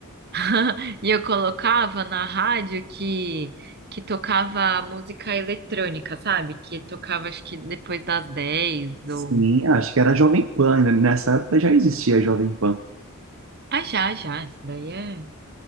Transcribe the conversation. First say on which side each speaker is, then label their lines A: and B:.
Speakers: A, on the right; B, on the right.
A: <laughs> E eu colocava na rádio que, que tocava música eletrônica, sabe? Que tocava acho que depois das dez
B: Sim,
A: ou.
B: acho que era Jovem Pan, né? Nessa época já existia Jovem Pan.
A: Ah, já, já. Isso daí é,